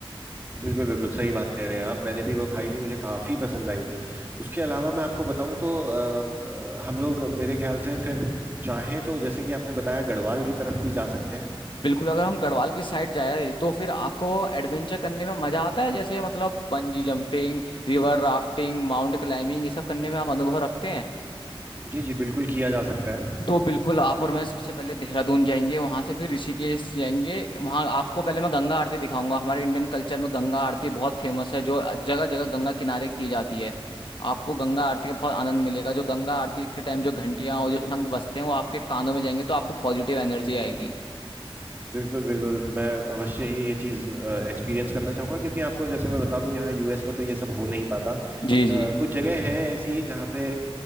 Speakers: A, on the right; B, on the left.
A: बिल्कुल बिल्कुल सही बात कह रहे हैं आप मैंने भी वो खाई थी मुझे काफी पसंद आई थी उसके अलावा मैं आपको बताऊं तो अ, अ, हम लोग मेरे ख्याल से फिर चाहें तो जैसे कि आपने बताया गढ़वाल की तरफ भी जा सकते हैं
B: बिल्कुल अगर हम गढ़वाल की साइड जाए तो फिर आपको एडवेंचर करने में मजा आता है जैसे मतलब bungee jumping river rafting mount climbing ये सब करने में आप अनुभव रखते हैं
A: जी जी बिल्कुल किया जा सकता है
B: तो बिल्कुल आप और मैं सबसे पहले देहरादून जाएंगे वहां से फिर ऋषिकेश जाएंगे वहां आपको पहले मैं गंगा आरती दिखाऊंगा हमारे इंडियन कल्चर में गंगा आरती बहुत फेमस है जो जगह जगह गंगा किनारे की जाती है आपको गंगा आरती का बहुत आनंद मिलेगा जो गंगा आरती के टाइम जो घंटियां और जो शंख बजते हैं वो आपके कानों में जाएंगे तो आपको पॉजिटिव एनर्जी आएगी
A: बिल्कुल, बिल्कुल। मैं अवश्य ही ये चीज़ अ, एक्सपीरियंस करना चाहूँगा क्योंकि आपको जैसे मैं बता दूँ यहाँ यूएस में तो ये सब हो नहीं पाता अ,
B: जी जी
A: कुछ जगह हैं ऐसी जहाँ पे